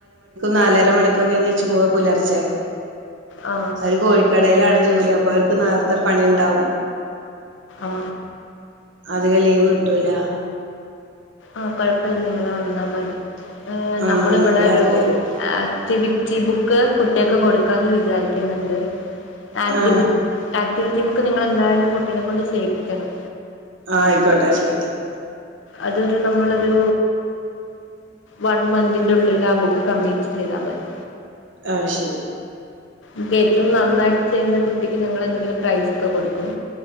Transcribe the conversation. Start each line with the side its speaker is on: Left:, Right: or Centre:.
Right: നാലര മണിക്കൊക്കെ നീച്ചു പോവ പുലർച്ചെ
Left: ആ
Right: അത് കോഴിക്കടയിലാണ് ജോലി അ പോ അത്തെ പണി ഉണ്ടാവും
Left: ആ
Right: അധിക ലീവ് കിട്ടൂല
Left: ആഹ കൊഴപ്പില്ല നിങ്ങള് വന്നാൽ മതി
Right: ഉം
Left: നമ്മൾ
Right: ഞങ്ങള്
Left: ഇവിടെ
Right: വരണ്ട്
Left: ഒരു ആക്ടിവിറ്റി ബുക്ക് കുട്ടികക്ക് കൊടുക്കാന്ന് വിചാരിക്കുന്നുണ്ട് ആക്ടീവ്
Right: ആ
Left: ആക്ടിവിറ്റി ബുക്ക് ക്ക് നിങ്ങളെന്തായാലും കുട്ടീെ കൊണ്ട് ചെയ്യിപ്പിക്കണം
Right: ആഹ ആയിക്കോട്ടെ ശയിക്കാം
Left: അതൊരു നമ്മളൊരു വൺ മന്തിൻ്റെ ഉള്ളിൽ ആ ബുക്ക് കംപ്ലീറ്റ് ചെയ്താൽ മതി
Right: ആഹ ശരി
Left: ഇത് ഏറ്റവും നന്നായിട്ട് ചെയ്യുന്ന കുട്ടിക്ക് ഞങ്ങ എന്തെങ്കിലും പ്രൈസ ഒക്കെ കൊടുക്കും